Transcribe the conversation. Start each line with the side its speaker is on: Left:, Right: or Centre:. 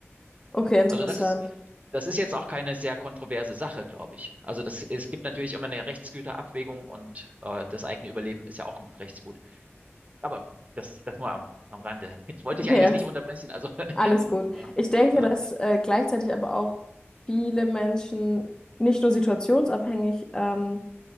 Left: Okay, interessant.
Right: Also das ist, das ist jetzt auch keine sehr kontroverse Sache, glaube ich. Also das, es gibt natürlich immer eine Rechtsgüterabwägung und äh, das eigene Überleben ist ja auch ein Rechtsgut. Aber das, das nur am, am Rande. Ich wollte dich
Left: Ja.
Right: eigentlich nicht unterbrechen, also
Left: Alles
Right: <laughs>
Left: gut.
Right: ja,
Left: Ich denke,
Right: ja.
Left: dass äh, gleichzeitig aber auch viele Menschen nicht nur situationsabhängig ähm,